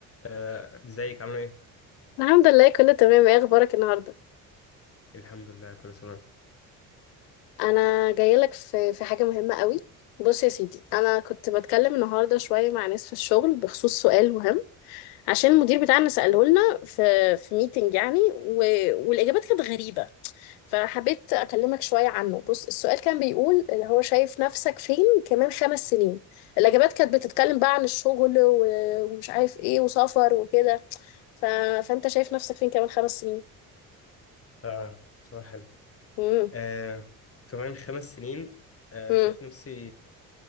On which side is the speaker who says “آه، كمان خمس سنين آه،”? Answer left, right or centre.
Left